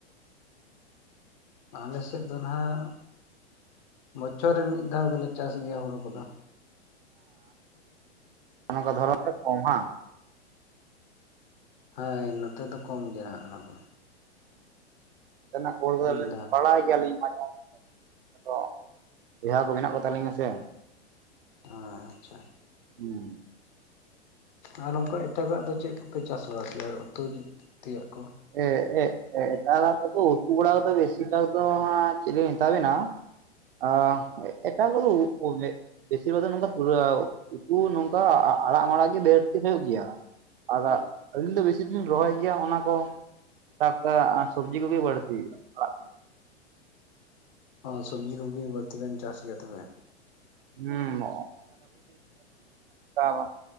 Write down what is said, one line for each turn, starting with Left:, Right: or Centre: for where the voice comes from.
Left: ᱟᱞᱮᱥᱮᱫ ᱫᱚ ᱱᱟᱦᱟᱜ ᱵᱚᱪᱷᱚᱨ ᱨᱮ ᱢᱤᱫ ᱫᱷᱟᱣ ᱜᱮᱞᱮ ᱪᱟᱥ ᱜᱮᱭᱟ ᱦᱩᱲᱩ ᱠᱚᱫᱚ᱾
Right: ᱦᱮᱸ ᱚᱱᱠᱟ ᱫᱷᱚᱨᱚᱱ ᱨᱮ ᱠᱚᱢ ᱦᱟᱝ?
Left: ᱦᱳᱭ ᱱᱚᱛᱮ ᱫᱚ ᱠᱚᱢ ᱜᱮᱭᱟ ᱱᱟᱦᱟᱜ ᱚᱱᱟ ᱠᱚᱫᱚ᱾
Right: ᱛᱮᱱᱟᱜ ᱠᱷᱚᱵᱚᱨ ᱠᱚ
Left: ᱢᱤᱫ
Right: ᱫᱚ ᱞᱤᱧ
Left: ᱫᱷᱟᱣ
Right: ᱵᱟᱲᱟᱭ ᱜᱮᱭᱟ ᱞᱤᱧ᱾ ᱟᱭᱢᱟ ᱛᱚ ᱵᱚᱭᱦᱟ ᱠᱚ ᱢᱮᱱᱟᱜ ᱠᱚ ᱛᱟᱞᱤᱧᱟ ᱥᱮ᱾
Left: ᱟᱻᱪᱪᱷᱟ᱾
Right: ᱦᱩᱸ᱾
Left: ᱟᱨ ᱱᱚᱝᱠᱟ ᱮᱴᱟᱜᱟᱜ ᱫᱚ ᱪᱮᱫ ᱠᱚᱯᱮ ᱪᱟᱥᱵᱟᱥ ᱠᱮᱭᱟ ᱩᱛᱩ ᱛᱮᱭᱟᱜ ᱠᱚ?
Right: ᱮ, ᱮ, ᱮᱴᱟᱜᱟᱜ ᱠᱚᱫᱚ ᱩᱛᱩ ᱵᱟᱲᱟ ᱠᱚᱫᱚ ᱵᱮᱥᱤ ᱵᱷᱟᱜ ᱫᱚ ᱦᱟᱸᱜ ᱪᱮᱫ ᱞᱤᱧ ᱢᱮᱛᱟᱵᱮᱱᱟ ᱟ, ᱮᱴᱟ ᱠᱚᱫᱚ ᱵᱮᱥᱤᱨ ᱵᱷᱟᱜᱽ ᱫᱚ ᱱᱚᱝᱠᱟ ᱛᱩᱨᱟᱣ ᱩᱛᱩ ᱱᱚᱝᱠᱟ ᱟ, ᱟᱲᱟᱜ ᱢᱟᱲᱟᱜ ᱜᱮ ᱵᱟᱹᱲᱛᱤ ᱦᱩᱭᱩᱜ ᱜᱮᱭᱟ᱾ ᱟᱨᱟᱜ ᱟᱹᱞᱤᱧ ᱫᱚ ᱵᱮᱥᱤ ᱫᱚ ᱞᱤᱧ ᱨᱚᱦᱚᱭ ᱜᱮᱭᱟ ᱚᱱᱟ ᱠᱚ ᱴᱟᱠᱟ ᱥᱚᱵᱽᱡᱤ ᱠᱚᱜᱮ ᱵᱟᱲᱛᱤ ᱟᱲᱟᱜ ᱠᱷᱚᱱ,
Left: ᱚ ᱥᱚᱵᱽᱡᱤ ᱠᱚᱜᱮ ᱵᱟᱹᱲᱛᱤ ᱵᱮᱱ ᱪᱟᱥ ᱜᱮᱭᱟ ᱛᱚᱵᱮ?
Right: ᱦᱩᱸ᱾ <unintelligible>